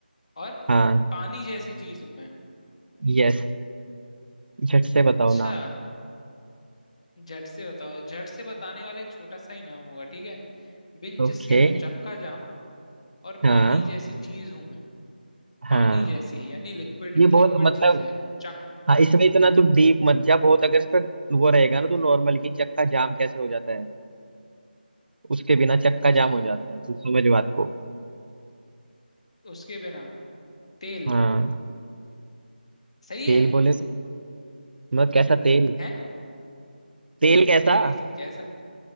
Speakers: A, on the left; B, on the right.
A: और
B: हाँ
A: पानी जैसी चीज हूं मैं
B: यस झट से बताओ
A: अच्छा
B: नाम
A: झट से बताओ झट से बताने वाला एक छोटा सा ही नाम होगा ठीक है बिन जिसके
B: ओके
A: हो चक्का जाम और
B: हाँ
A: पानी जैसी चीज हूं मैं
B: हाँ
A: पानी जैसी यानी लिक्विड
B: ये बहुत
A: लिक्विड
B: मतलब
A: चीज है चक
B: हाँ इसमें इतना तो डीप मत जा बहुत अगर इस पे वो रहेगा ना तो नॉर्मल की चक्का जाम कैसे हो जाता है उसके बिना चक्का
A: अच्छा
B: जाम हो जाता है तू समझ बात को
A: उसके बिना तेल
B: हाँ
A: सही
B: तेल
A: है
B: बोले तो मतलब कैसा तेल
A: है
B: तेल कैसा
A: तेल कैसा